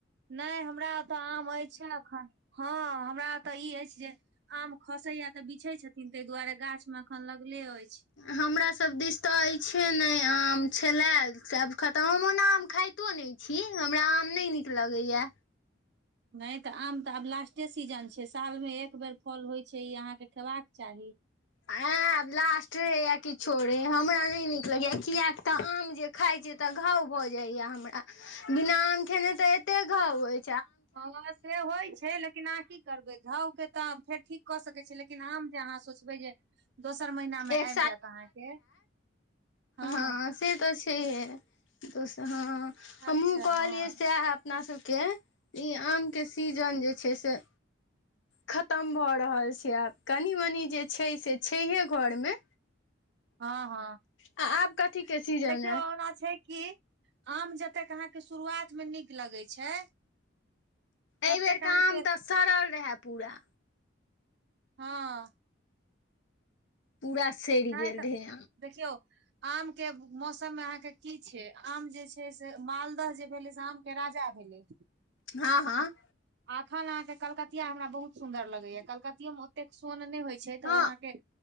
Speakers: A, on the right; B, on the left.
A: नहि हमरा ओतऽ आम अछि। एखन हँ हमरा तऽ ई अछि। जे आम खसैया तऽ बिछै छथिन। तेय दुआरे गाछ मे। लागले अछिइ छै
B: हमरा सब दिश तऽ अछि ने आम छलै आब खतऽ हम ओना आम खाइत तो नै छिये हमरा आम नै नीक लगै या।
A: नहि तऽ आम तऽ आब लास्टे सीजन छै। सालमे एक बेर फल होइत छै। ई अहाँकेँ खयबाक चाहि।
B: आब लास्ट रे या किछो रे हमरा नहि नीक लगैया कियाकि त आम जे खाय छी तऽ घाव भऽ जाया हमरा बिना आम खेने ते एते घाव होय
A: हँ से होइ छै लेकिन आकि करबै घावके तऽ फेर ठीक कऽ सकै छ। लेकिन आम जे अहाँ सोचबै जे दोसर महिना मे
B: एक
A: आब जायत अहाँके हँ
B: हाॅं से तऽ छैहे दस हाॅं हमहूँ
A: अच्छा
B: कहलियै
A: हँ
B: सैहे। अपना सबके ई आमके सीजन जे छै से खतम भऽ रहल छै आब कनि मनि जे छै से छै हे घरमे
A: ह ह
B: आ आब कथी के सीजन
A: देखियौ ओना छै की। आम जतेक अहाँके शुरुआत मे नीक लगे छै ततेक
B: एहि बेर काम
A: अहाँके
B: तऽ सड़ल रहै पूरा
A: हँ।
B: पूरा सेड़
A: नहि
B: गेल
A: तऽ
B: रहे
A: देखियौ। आम के मौसम मे अहाँ के की छै। आम जे छै। से मालदह जे भेले से आम राजा भेलै।
B: हँ, हँ
A: अखन अहा के कलकतिया हमरा बहुत सुंन्दर लगे या कलकतियो मे ओतेक सोन नहि होय छै तऽ
B: हँ
A: ओ आहाँके